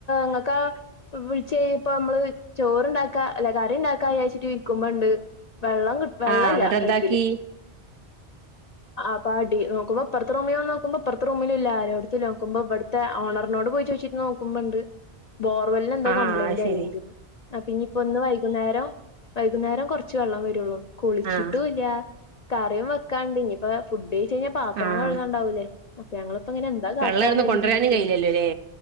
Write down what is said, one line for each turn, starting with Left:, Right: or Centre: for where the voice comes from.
Left: ങ്ങക്കാ വിളിച്ചു കഴിഞ്ഞപ്പോ നമ്മള് ചോറ്ണ്ടാക്കാ അല്ല കറി ഉണ്ടാക്കാച്ചിട്ട് ഇരിക്കുമ്പോണ്ട് വെള്ളം കി വെള്ള
Right: ആഹ് എന്നിട്ട്
Left: ഇല്ല പൈപ്പില്
Right: എന്താക്കി
Left: ആപ്പാടി നോക്കുമ്പോ ഇപ്പറത്ത റൂമി വന്ന് നോക്കുമ്പോ പ്പറത്ത റൂമിലുല്ല ആരോടുത്ത് നോക്ക്മ്പോ ഇവിടുത്തെ ഓണറിനോട് പോയി ചോച്ചിട്ട് നോക്കുമ്പോണ്ട് ബോർവെല്ലിനെന്തോ
Right: ആഹ്
Left: കംപ്ലയിന്റ്
Right: അത് ശരി
Left: ആയിണ്ട് ആ പിന്നി ഒന്ന് വൈകുന്നേരം വൈകുന്നേരം കൊറ ച്ച് വള്ളം വരൊള്ളു കുളിച്ചിട്ടുല്ലാ
Right: ആഹ്
Left: കറിം വക്കാണ്ട് ഞി പ്പ ഫുഡെയ് ചെയ്ഞ്ഞ പാത്രോം
Right: ആഹ്
Left: കഴുകാണ്ടാവൂലേ അ ഞങ്ങള് പ്പ ങ്ങനെ എന്താ കാട്ടാന്ന്
Right: വെള്ളം അവിടുന്ന്
Left: വെച്ച്
Right: കൊണ്ടുവരാനും
Left: ഇരിക്കാണ്
Right: കഴിയില്ലല്ലോല്ലേ